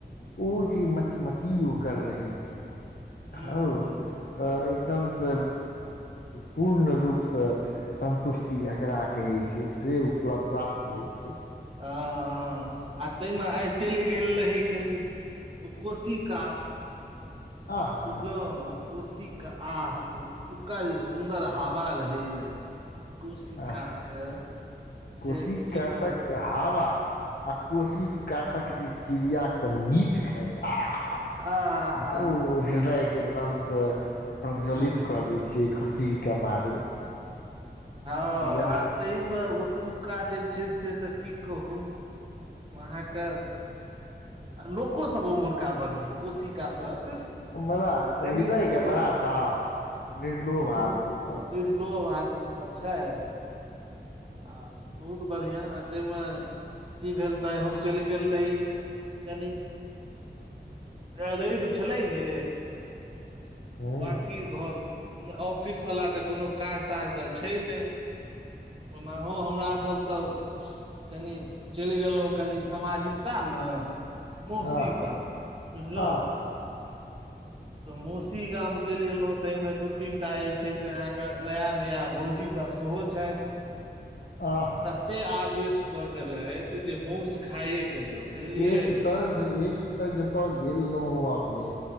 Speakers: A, on the left (about 60°); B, on the right (about 30°).
A: ओ जे मचमची ओकर रहै छै
B: हूँ
A: खा
B: हूँ
A: तऽ एकदमसँ पूर्ण रूपसँ सन्तुष्टि एकरा कहै छै से उपलब्ध प्राप्त होइ छै
B: हँ हँ आ ताहिमे आइ चलि गेल रही कनी ओ कोशी कात
A: आहा
B: बुझलहुँ कोशीे आह एतुका जे सुन्दर हवा रहैया कोशी
A: आ
B: कात के
A: कोशी
B: से की
A: कातक
B: कह
A: हावा आ कोशी कातक जे चिड़िया के मीट खाय आह
B: आ हा
A: ओ
B: हा
A: हृदायके एकदाम स त प्रज्वलित
B: हूँ हूँ
A: कऽ दै छियै खुशीके मारे
B: हँ
A: इएह
B: आ त म ओ एतुक्का जे छै से तऽ की कहू अहाँके लोक को सब ओ मुर्गा बड़ न कोश काातक
A: बड़ा
B: कनि
A: हृदयके
B: ओ
A: बड़ा साफ निर्लोभ
B: बहु
A: आदमी
B: <unintelligible>
A: सब
B: आदमी सब छथि आ बहुत बढ़िया आ ताहि मे की भेल तऽ आइ हम चलि गेल रही कानी आई रेब छलै हे
A: हूँ
B: बाकी घर ऑफिसवला तऽ कोनो काज ताज तऽ छै नहि ओनाहु हमर सब तऽ कनि चलि गेलहुँ कनी सामाजिकतामे कोशी
A: आह
B: गाम बुझलहु
A: आह
B: तऽ मौसी गाम चलि गेलहुँ ताहिमे दू तीनटा जे छै से अहाँके नया नया भौजी सब सेहो छथि
A: आहा
B: तते आवेश कऽ देलथि जे मौसु खाइएके जाउ बुझलियै
A: एक तऽ एक तऽ जतय गेल रहौँ अपने